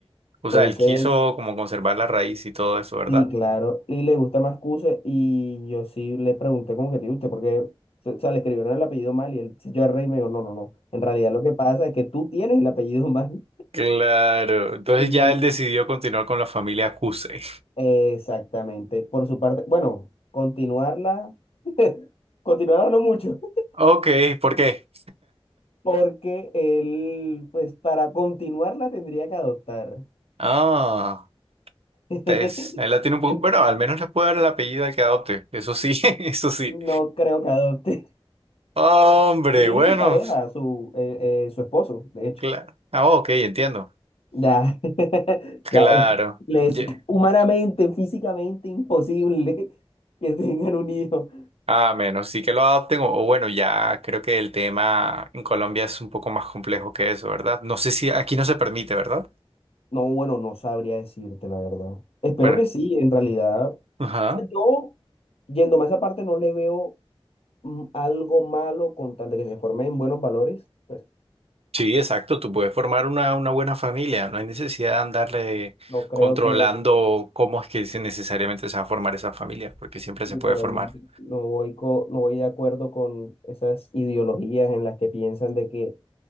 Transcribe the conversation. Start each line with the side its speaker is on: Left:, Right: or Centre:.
Right: o sea,
Left: Entonces,
Right: él quiso como conservar la raíz y todo eso, ¿verdad?
Left: Sí, claro, y le gusta más Cuse y yo sí le pregunté con objetivo, ¿usted por qué? O sea, le escribieron el apellido mal y el señor Rey me dijo, no, no, no, en realidad lo que pasa es que tú tienes el apellido <laughs> mal
Right: Claro, entonces
Left: y
Right: ya él decidió continuar con la familia Cuse.
Left: exactamente, por su parte, bueno, continuarla, <laughs> continuarla no mucho,
Right: <laughs> Ok, ¿por qué?
Left: <laughs> porque él, pues para continuarla tendría que adoptar.
Right: Ah.
Left: <laughs>
Right: Tess, ahí la tiene un poco. Bueno, al menos le puede dar el apellido al que adopte. Eso sí, <laughs> eso sí.
Left: No creo que adopte.
Right: Hombre,
Left: Él tiene
Right: bueno,
Left: su pareja, su, eh, eh, su esposo, de hecho.
Right: claro. Ah, ok, entiendo.
Left: Ya, <laughs>
Right: Claro.
Left: ya es, les
Right: Ye-
Left: humanamente, físicamente imposible que tengan un hijo.
Right: A menos sí que lo adopten, o, o bueno, ya creo que el tema en Colombia es un poco más complejo que eso, ¿verdad? No sé si aquí no se permite, ¿verdad?
Left: No, bueno, no sabría decirte la verdad. Espero
Right: Bueno,
Left: que sí, en realidad. O
Right: ajá.
Left: sea, yo, yéndome a esa parte, no le veo mm, algo malo con tal de que se forme en buenos valores. Pues,
Right: Sí, exacto. Tú puedes formar una, una buena familia. No hay necesidad de andarle
Left: no creo
Right: controlando
Left: que,
Right: cómo es que se- necesariamente se va a formar esa familia, porque siempre
Left: literalmente,
Right: se puede formar.
Left: no voy, co- no voy de acuerdo con esas ideologías en las que piensan de que